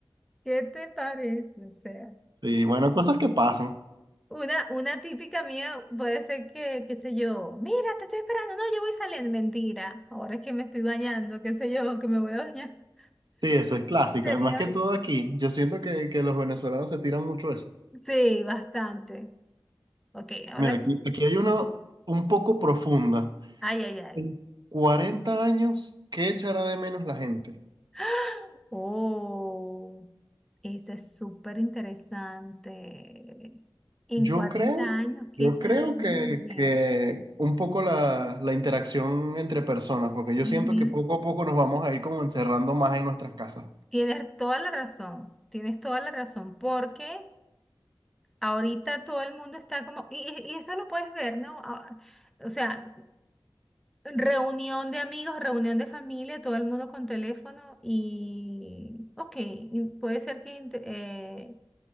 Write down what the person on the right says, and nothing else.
Sí, bueno, cosas que pasan.
Sí, eso es clásica.
Más que todo aquí, yo siento que, que los venezolanos se tiran mucho eso.
Mira, aquí,
aquí hay una un poco profunda.
En
40 años, ¿qué echará de menos la gente?
Yo
creo,
yo
creo
que,
que
un poco la, la interacción entre personas, porque yo
siento que poco a poco nos vamos a ir como encerrando más en nuestras casas.